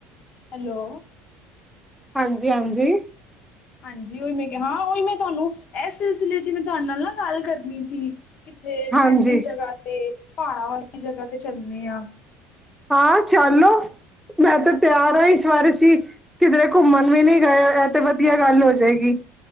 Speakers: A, on the left; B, in the centre.
A: ਹੈਲੋ
B: ਹਾਂਜੀ ਹਾਂਜੀ
A: ਹਾਂਜੀ ੳਹੀ ਮੈਂ ਕਿਹਾ ਹਾਂ ੳਹੀ ਮੈਂ ਤੁਹਾਨੂੰ ਏਸ ਸਿਲਸਿਲੇ ਚ ਮੈਂ ਤੁਹਾਡੇ ਨਾਲ ਗੱਲ ਕਰਨੀ ਸੀ। ਕਿੱਥੇ
B: ਹਾਂਜੀ।
A: ਠੰਡੀ
B: ਹਾਂਜੀ
A: ਜਗ੍ਹਾ ਤੇ ਪਹਾੜਾਂ ਵਾਲੀ ਜਗ੍ਹਾ ਤੇ ਚੱਲਨੇ ਆ।
B: ਹਾਂ ਚੱਲ ਲੋ, ਮੈਂ ਤੇ ਤਿਆਰ ਆਂ ਇਸ ਵਾਰ ਅਸੀ ਕਿਧਰੇ ਘੁੰਮਣ ਵੀ ਨਈ ਗਏ। ਏਹ ਤੇ ਵਧਿਆ ਗੱਲ ਹੋ ਜੇਗੀ।